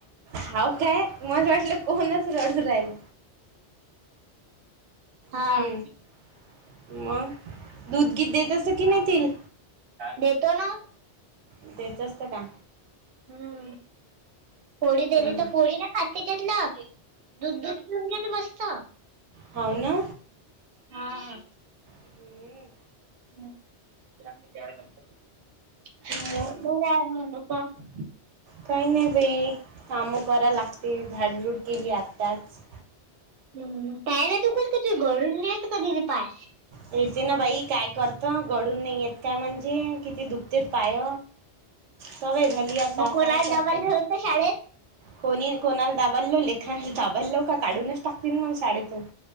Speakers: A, on the right; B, on the right.
A: हाव काय मला वाटलं कोणच रडू राहिला.
B: हां.
A: हम्म मग दूध गी देत असं की न तील
B: देतो ना ओ.
A: द्यायचं असत का?
B: हम्म पोळी दिली
A: हम्म
B: तर, पोळी नाही खाते त्यातलं दूध दूध पिऊन घेते मस्त.
A: होव ना.
B: हा हा.
A: हम्म
B: <unintelligible>
A: मग काही नाही बाई कामं कराय लागते, झाडझूड केली आत्ताच
B: हम् पाह्यला तु कधी कधी घरून नेते कधी पाह्य
A: येते ना बाई काय करतो गडून नाही येत काय म्हणजे किती दुख ते पाय सवय झाली आता
B: मग कोणाला
A: काय करतो.
B: डबल ठेवत शाळेत
A: कोणी कोणाला दाबा लावले का लेखनाला दाबालव लेवका काढूनच टाकतील मग शाळेतन